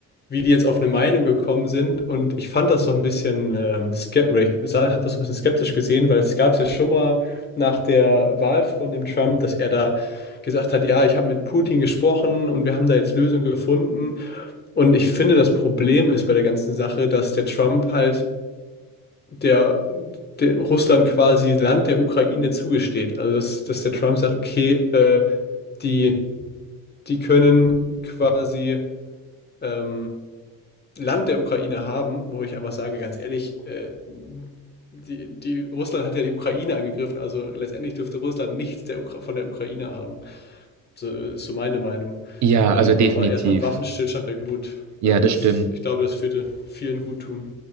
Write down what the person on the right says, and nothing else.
Ja,
also definitiv.
Ja,
das
stimmt.